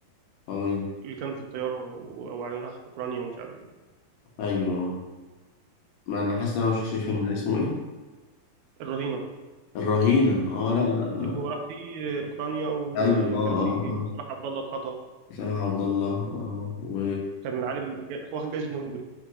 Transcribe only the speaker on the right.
اللي كان في الطيارة و- وبعدين راح أوكرانيا ومش عارف إيه
الرهينة
اللي هو راح فيه أوكرانيا وكان
فيه
صلاح عبد الله اتخطف
كان عالم جا- واخد جايزة نوبل